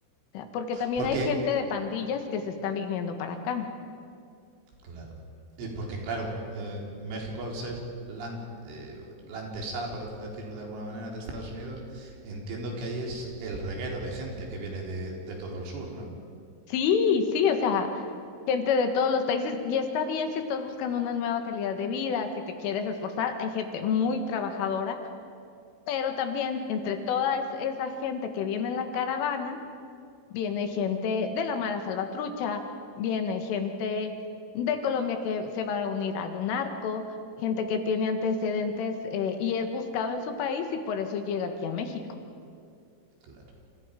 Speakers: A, on the left; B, on the right.
A: o sea, porque también
B: porque,
A: hay gente de pandillas que se están viniendo para acá.
B: claro, y porque, claro, eh, México al ser la, eh, la antesala, por decirlo de alguna manera, de Estados Unidos, entiendo que ahí es el reguero de gente que viene de, de todo el sur, ¿no?
A: Sí, sí, o sea, gente de todos los países. Y está bien si estás buscando una nueva calidad de vida, si te quieres esforzar. Hay gente muy trabajadora Pero también entre toda es- esa gente que viene en la caravana, viene gente de la Mara Salvatrucha, viene gente de Colombia que se va a unir al narco, gente que tiene antecedentes eh, y es buscado en su país y por eso llega aquí a México.
B: Claro.